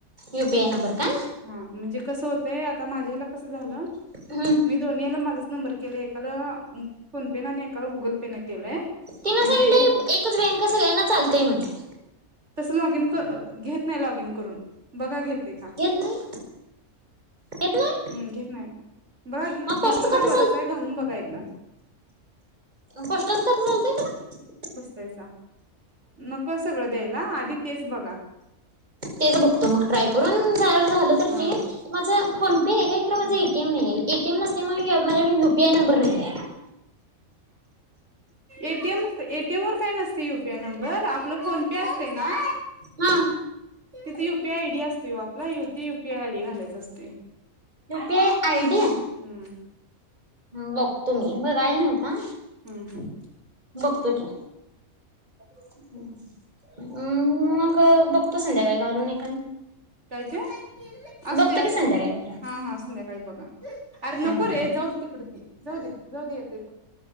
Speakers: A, on the right; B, on the right.
A: युपीए नंबर का
B: हा म्हणजे कसं होतंय आता माझ्याला कसं झालं.
A: हम्म
B: मी दोनी नेल माझ नंबर केले एकाला फोन पे न आणि एकाला गुगल पे न केलंय
A: तिन
B: म्हणजे
A: सांगितलं
B: गु
A: एकच बँका सगळ्यांना चालतय म्हंटले
B: तसं लॉग इन घेत नाही लॉग इन करून बघा घेत ते का
A: घेत नाही घेत नाही
B: हम्म घेत नाही बघ
A: मग पोशाचं
B: घेतलं
A: खातं
B: तर बरंच आहे घालून बघा एकदा
A: पष्टात खात चालतेय तेला.
B: पैसा नकळ सगळं द्यायला आधी तेच बघा.
A: तेच बघतो मग ट्राय करून जर झालं तर
B: हा
A: जी माझं फोन पे हे खरं माझं
B: ह
A: एटीएम नाही एटीएम नस माझ्याकडे युपीआय नंबर नाही आहे.
B: एटीएम एटीएम वर काय नसते युपीआय नंबर आपला फोन पे असत ना.
A: हा
B: तिथे युपीआय आय डी असते आपला यती युपीआय आयडी घालायच असते.
A: ते आयडी.
B: हम्म
A: ह बघतो मी बघायला नव्हता.
B: हम्म हम्
A: बघतो की. <unintelligible> म् मग ब त संध्याकाळी घालुन हे.
B: काय ते? असू
A: बघतो
B: दे्या असू
A: की संध्याकाळी
B: दे
A: जरा
B: हा हा असू हा हा संद्याकाळी बघा अरे नको
A: हम्म
B: रे
A: हम्म
B: जाऊ दे तिकड ते. जाऊ दे जाऊ दे येतेय